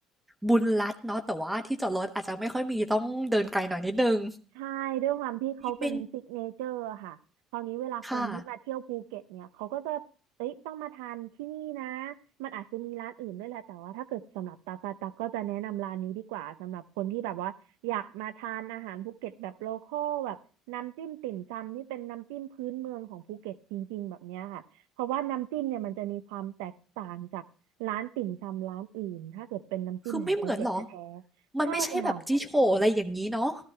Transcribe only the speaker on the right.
ใช่ด้วยความที่เขาเป็นซิกเนเจอร์ค่ะคราวนี้เวลาคนที่มาเที่ยวภูเก็ตเนี่ยเขาก็จะเอ้ยต้องมาทานที่นี่นะ
มันอาจจะมีร้านอื่นด้วยแหละแต่ว่าถ้าเกิดสำหรับตากาตาก็จะแนะนำร้านนี้ดีกว่าสำหรับคนที่แบบว่าอยากมาทานอาหารภูเก็ตแบบโลคอลแบบน้ำจิ้มติ่มซำนี่เป็นน้ำจิ้มพื้นเมืองของภูเก็ตจริงๆแบบเนี้ยค่ะเพราะว่าน้ำจิ้มเนี่ยมันจะมีความแตกต่างจากร้านติ่มซำร้านอื่นถ้าเกิดเป็นน้ำจิ้มของภูเก็ตแท้ๆใช่ค่ะ